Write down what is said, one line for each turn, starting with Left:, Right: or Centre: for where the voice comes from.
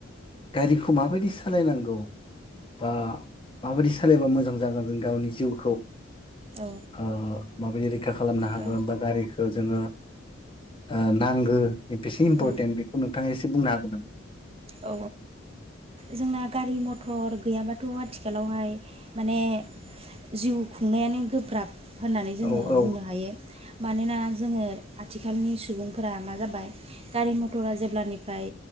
Left: गारिखौ माबायदि सालायनांगौ बा माबायदि सालायबा मोजां जागोन जों गावनि जिउखौ
Right: औ
Left: ओ माबायदि रैखा खालामनो हागोन
Right: औ
Left: बा गारिखौ जोङो ओ नांगौ बेसे इम्परटेन्ट
Right: औ
Left: बेखौ नोंथाङा एसे बुंनो हागोन नामा।
Right: औ जोंना गारि-मथर गैयाबाथ' आथिखालावहाय माने जिउ खुंनायानो गोब्राब। होननानै जोङो
Left: औ औ
Right: बुंनो हायो मानोना जोङो आथिखालनि सुबुंफोरा मा जाबाय गारि मथरा जेब्लानिफ्राय